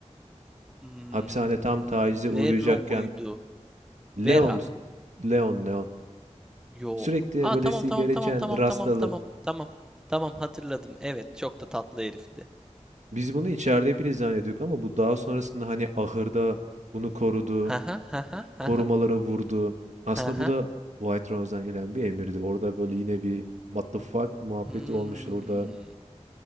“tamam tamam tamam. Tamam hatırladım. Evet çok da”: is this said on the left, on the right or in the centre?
Centre